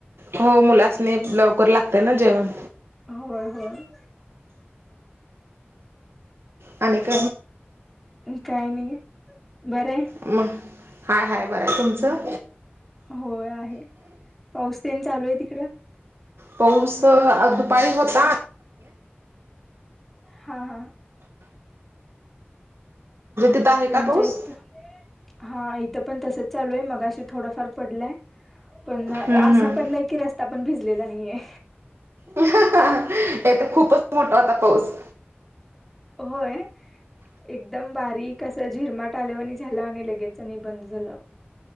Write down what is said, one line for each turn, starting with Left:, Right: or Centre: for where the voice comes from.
Right: हो मुलाच नाही लवकर लागते ना जेवण
Centre: होय होय
Right: आणिनेक
Centre: काय नाही बरं आहे
Right: मग हाय हाय बरं आहे तुमचं
Centre: होय आहे पाऊसतेन चालू आहे तिकडं
Right: पऊस दुपारी होता
Centre: हा हा
Right: तध आहे का
Centre: आमच्या
Right: पाऊस
Centre: इथं हा इथं पण तसच चालू आहे मग अशी थोडंफार पडलंय पण
Right: हम्म
Centre: असा
Right: हम्म.
Centre: पडलाय की रस्ता पण भिजलेला नाहीय
Right: हे तर खूपच मोठा आता पाऊस
Centre: होय एकदम बारीक असं झिरमाट आल्यावरनी झालं आणि लगेच आणि बंद झालं